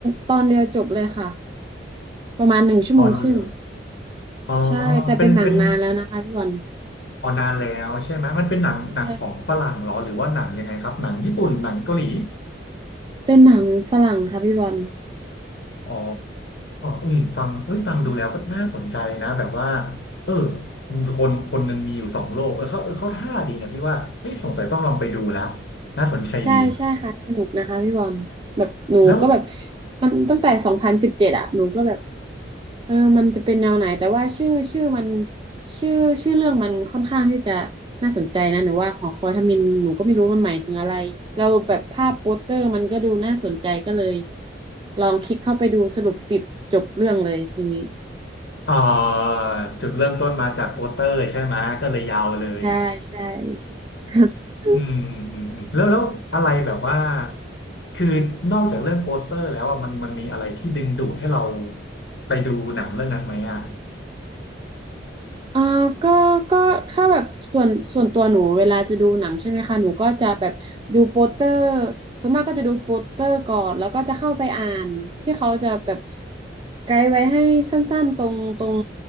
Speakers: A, on the right (about 25°); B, on the left (about 60°).
A: ตอนเดียวจบเลยค่ะประมาณหนึ่งชั่วโมงครึ่ง
B: ตอนเดียวอ๋อ
A: ใช่แต่เป็นหนังนานแล้วนะคะพี่บอล
B: เป็นเป็นอ๋อนานแล้วใช่ไหมมันเป็นหนังหนังของฝรั่งเหรอหรือว่าหนังยังไงครับหนังญี่ปุ่นหนังเกาหลี
A: ใช่ใช่เป็นหนังฝรั่งค่ะพี่บอล
B: อ๋ออืมฟังเอ้ยฟังดูแล้วก็น่าสนใจนะแบบว่า
A: ใช่
B: เออคนคนหนึ่งมีอยู่สองโลกเออเขาเออเขาท่าดีนะพี่ว่าเฮ้ยสงสัยต้องลองไปดูแล้วน่าสนใจดี
A: ใช่ใช่ค่ะสนุกนะคะพี่บอลแบบหนูก็แบบ
B: แล้ว
A: มันตั้งแต่สองพันสิบเจ็ดอะหนูก็แบบ เออมันจะเป็นแนวไหนแต่ว่าชื่อชื่อมันชื่อชื่อเรื่องมันค่อนข้างที่จะน่าสนใจนะหนูว่าหอคอยทมิฬหนูก็ไม่รู้มันหมายถึงอะไรเราแล้วแบบภาพโปสเตอร์มันก็ดูน่าสนใจก็เลยลองคลิกเข้าไปดูสรุปติดจบเรื่องเลยทีนี้
B: เอ่อจุดเริ่มต้นมาจากโปสเตอร์ใช่ไหมก็เลยยาวเลย
A: ใช่ใช่ใช่
B: <laughs>
A: <laughs>
B: อืมอืมอืมแล้วแล้วอะไรแบบว่าคือนอกจากเรื่องโปสเตอร์แล้วอ่ะมันมันมีอะไรที่ดึงดูดให้เราไปดูหนังเรื่องนั้นไหมอ่ะ
A: อ่าก็ก็ถ้าแบบส่วนส่วนตัวหนูเวลาจะดูหนังใช่ไหมคะหนูก็จะแบบดูโปสเตอร์ส่วนมากก็จะดูโปสเตอร์ก่อนแล้วก็จะเข้าไปอ่านที่เขาจะแบบไกด์ไว้ให้สั้นๆตรงตรง